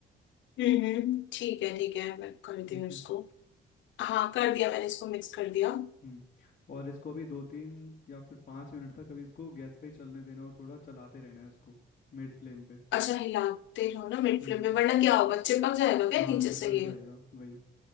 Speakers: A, on the left; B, on the left.
A: हम्म हम्म, ठीक है ठीक है मैं कर
B: ठीक
A: दी हूँ इसको
B: है
A: हाँ कर दिया मैंने इसको मिक्स कर दिया
B: हम्म और इसको अभी दो तीन या फिर पाँच मिनट तक अभी इसको गैस पे ही चलने देना और थोड़ा चलाते रहना है इसको मिड फ्लेम पे
A: अच्छा हिलाते रहो ना मिड
B: हम्म
A: फ्लेम में वरना क्या होगा चिपक जाएगा क्या
B: हाँ
A: नीचे
B: चिपक
A: से ये
B: जाएगा वही